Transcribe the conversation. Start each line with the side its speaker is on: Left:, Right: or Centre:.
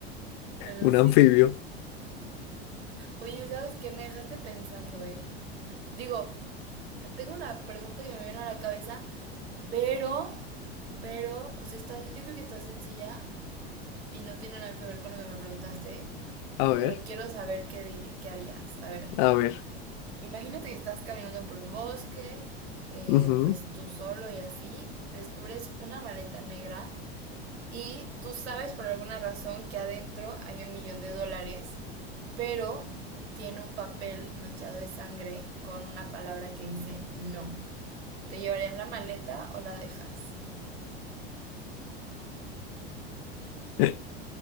Right: Pero
Left: Un
Right: sí.
Left: anfibio.
Right: Oye, ¿sabes qué? Me dejaste pensando, ¿eh? Digo, tengo una pregunta que me viene a la cabeza, pero, pero, o sea, está, yo creo que está sencilla y no tiene nada que ver con lo que me preguntaste,
Left: A ver,
Right: pero quiero saber qué, diri- qué harías. A ver.
Left: a ver.
Right: Imagínate que estás caminando por un bosque, eh,
Left: ujú.
Right: pues tú solo y así, descubres una maleta negra y tú sabes por alguna razón que adentro hay un millón de dólares, pero tiene un papel manchado de sangre con una palabra que dice no. ¿Te llevarías la maleta o la dejas?
Left: <laughs>